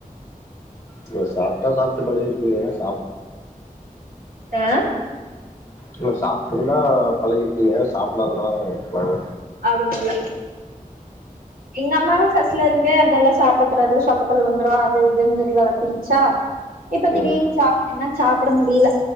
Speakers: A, on the left; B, on the right.
A: நீங்க சாப்ட்டா சாப்ட்டு பழகி இருப்பீங்க <inaudible>
B: ஆ
A: இல்ல சாப்ட்டுந்தா பழகி இருப்பீங்க சாப் டாதனால வரல
B: அதுனால எங்க அம்மாவு பஸ்ட்ல இருந்தே அதெல்லா சாப்ட கூடாது சொத்த பள்ள வந்துரு அது இதுன் சொல்லி வளத்திருச்சா இப்ப திடீன்
A: ம்
B: சாப்பிடுனா சாப்பிட முடியில